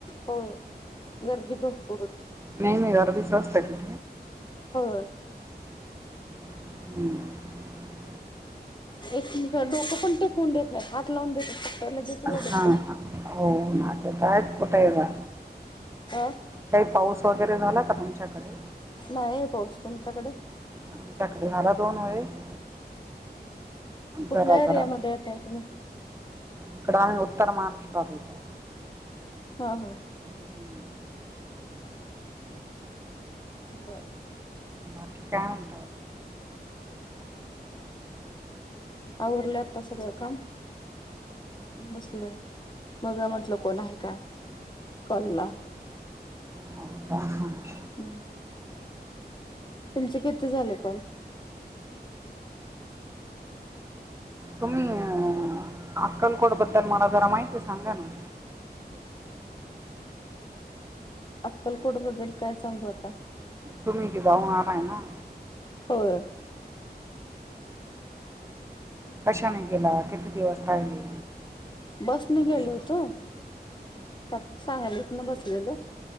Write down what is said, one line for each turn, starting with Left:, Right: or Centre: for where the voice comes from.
Left: होय गर्दी भरपूर आहेत.
Right: नाही मी अर्धी स्वस्. <unintelligible>
Left: हो
Right: <inaudible>
Left: एक मिनिटं डोकं पण टेकवून देत नाही, हात लावून देतात लगेच ओढतात.
Right: हां ना हो ना आता कायच कुटाय बगा
Left: अ
Right: काय पाऊस वगैरे झाला का तुमच्याकडे?
Left: नाहीये पाऊस तुमच्याकडे?
Right: आमच्याकडे हाला दोन वेळेस.
Left: कुठल्या
Right: जरा
Left: एरियामध्ये
Right: जरा
Left: येताय तुम्ही?
Right: इकडं आम्ही उत्तर महाराष्ट्रात येतो.
Left: हां हां
Right: हम्म.
Left: बरं
Right: बाकी काय म
Left: आवरलय आत्ता सगळं काम, बसलोय बघा म्हंटल कोण आहे का? कॉलला
Right: होय का हा.
Left: हं तुमचे किती झाले कॉल?
Right: तुम्ही अ अक्कलकोट बद्दल मला जरा माहिती सांगा ना!
Left: अक्कलकोट बद्दल काय सांगू आता.
Right: तुम्ही इथे जाऊन आलायना?
Left: होय.
Right: कशाने गेला? किती दिवस राहिले?
Left: बसने गेलो
Right: असं.
Left: होतो. सांग सांगालीतन बसलेलो.